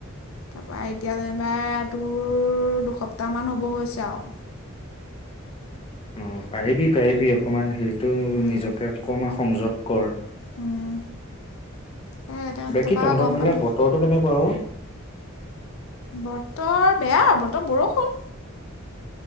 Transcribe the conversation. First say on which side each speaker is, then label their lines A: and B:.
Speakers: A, on the left; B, on the left.
A: তাৰপৰা এতিয়া যেনিবা তোৰ দুসপ্তাহমান হ'ব হৈছে যাওক
B: অ পাৰিবি পাৰিবি অকমান সেইটো
A: উম
B: নিজকে অকমান সংযত কৰ
A: উম সেয়া এতিয়া
B: বাকী
A: তাৰপা
B: তহঁতৰ
A: গৰম
B: ফালে
A: পানী
B: বতৰটো কেনেকুৱা উ
A: বতৰ বেয়া বতৰ বৰষুণ